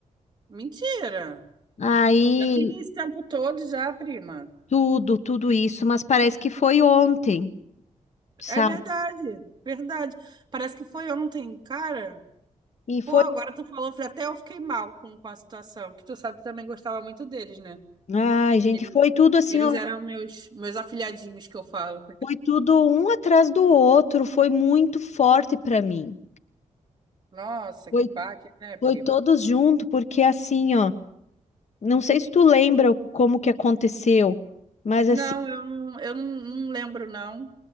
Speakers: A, on the right; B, on the left.
A: Mentira!
B: Aí,
A: Já tem esse tempo todo já, prima.
B: tudo, tudo isso, mas parece que foi ontem, sabe?
A: É verdade, verdade. Parece que foi ontem, cara.
B: E
A: Pô,
B: foi.
A: agora tu falou, até eu fiquei mal com, com a situação, que tu sabe que também gostava muito deles, né?
B: Ai, gente,
A: Eles,
B: foi tudo assim.
A: eles
B: ó.
A: eram meus, meus afilhadinhos que eu falo.
B: Foi tudo um atrás do outro, foi muito forte para mim.
A: Nossa,
B: Foi,
A: que baque, né, prima?
B: foi todos junto, porque assim, ó, não sei se tu lembra como que aconteceu, mas
A: Não,
B: assim,
A: eu não, eu não, não lembro, não.